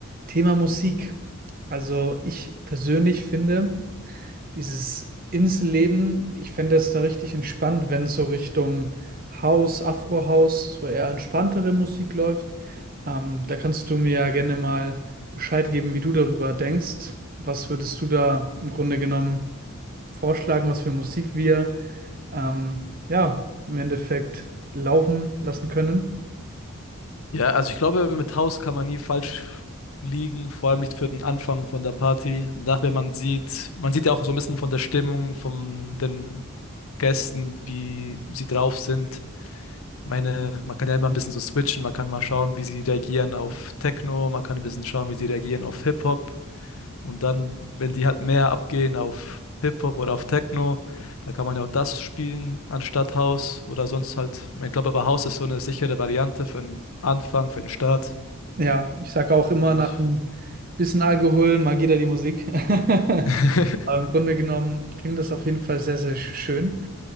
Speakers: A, on the right; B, on the left.
A: Thema Musik. Also ich persönlich finde dieses Inselleben, ich fände das da richtig entspannt, wenn so Richtung House, Afro-House, so eher entspanntere Musik läuft. Ähm, da kannst du mir ja gerne mal Bescheid geben, wie du darüber denkst. Was würdest du da im Grunde genommen vorschlagen, was für Musik wir ähm, ja im Endeffekt laufen lassen können?
B: Ja, also ich glaube, mit Haus kann man nie falsch liegen, vor allem nicht für den Anfang von der Party. Nachher man sieht, man sieht ja auch so ein bisschen von der Stimmung von den Gästen, wie sie drauf sind. meine, man kann ja immer ein bisschen so switchen, man kann mal schauen, wie sie reagieren auf Techno, man kann ein bisschen schauen, wie sie reagieren auf Hip-Hop und dann, wenn die halt mehr abgehen auf Hip-Hop oder auf Techno, da kann man ja auch das spielen anstatt House oder sonst halt, ich glaube aber House ist so eine sichere Variante für den Anfang, für den Start
A: Ja, ich sage auch immer,
B: und
A: nach ein bisschen Alkohol, mal geht da die Musik. <laughs>
B: <laughs>
A: Aber im Grunde genommen klingt das auf jeden Fall sehr, sehr schön.